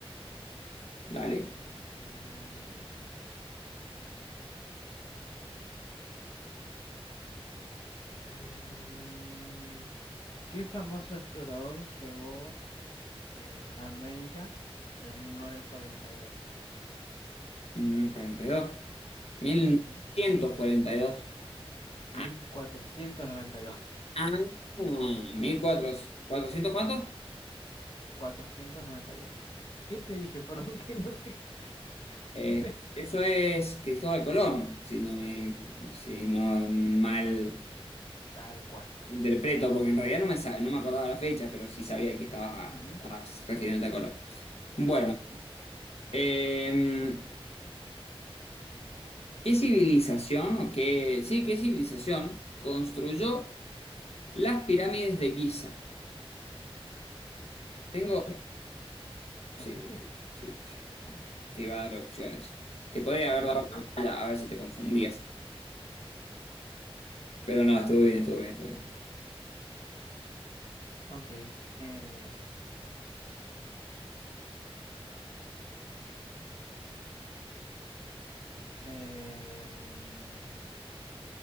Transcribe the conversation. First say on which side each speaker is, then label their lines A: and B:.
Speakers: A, on the left; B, on the left.
A: dale.
B: Eh, eh, eh, ¿qué famoso explorador llegó eh, a América en 1942?
A: Mil novecientos cuarenta y dos. Mil
B: Ujú,
A: novecientos cuarenta y dos. 1942. 1942.
B: 1492.
A: Ah, ah, 1400. ¿400 cuántos?
B: cuatrocientos noventa y dos ¿Qué te dije? <laughs> Perdón, que no sé. <laughs>
A: Eh, eso es Cristóbal Colón, si no me,
B: Sí,
A: si no mal.
B: tal cual.
A: Interpreto, porque en realidad no me, sa- no me acordaba la fecha, pero sí sabía que estabas,
B: Ujú,
A: a- estabas refiriéndote a Colón. Bueno,
B: ujú.
A: eh, ¿qué civilización o qué, sí, qué civilización construyó las pirámides de Giza? Tengo,
B: Egipto,
A: sí,
B: los egipcios.
A: sí, sí, te iba a dar opciones. Te podría
B: Sí,
A: haber
B: no,
A: dado
B: pero es...
A: a ver si te confundías, pero no, estuvo bien, estuvo bien, estuvo bien.
B: Ok. eh, em,